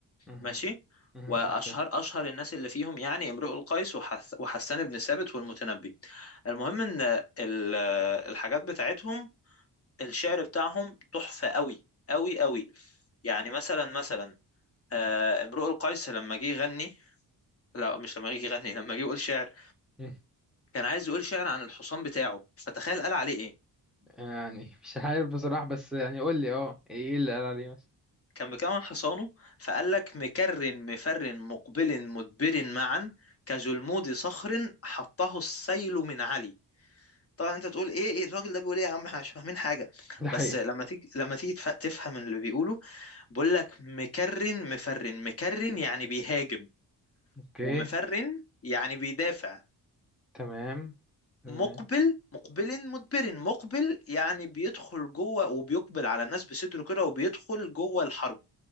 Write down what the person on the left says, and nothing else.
ماشي
واشهر
اشهر الناس اللي فيهم يعني امرؤ القيس وحس وحسان بن ثابت والمتنبي المهم ان ال- الحاجات بتاعتهم الشعر بتاعهم تحفة قوي قوي قوي يعني مثلا مثلا آه، امرؤ القيس لما جه يغني لا مش لما جه يغني لما جه يقول شعر
كان عايز يقول شعر عن الحصان بتاعه فتخيل قال عليه ايه
كان مكون حصانه فقال لك مكر مفر مقبل مدبر معا كجلمود صخر حطه السيل من علي طبعا انت تقول ايه ايه الراجل ده بيقول ايه يا عم احنا مش فاهمين حاجه
بس لما تيجي لما تيجي تف- تفهم اللي بيقوله بقول لك مكرن مفرن مكرن يعني بيهاجم
ومفرن يعني بيدافع
مقبل مقبل مدبر مقبل يعني بيدخل جوه وبيقبل على الناس بصدره كده وبيدخل جوه الحرب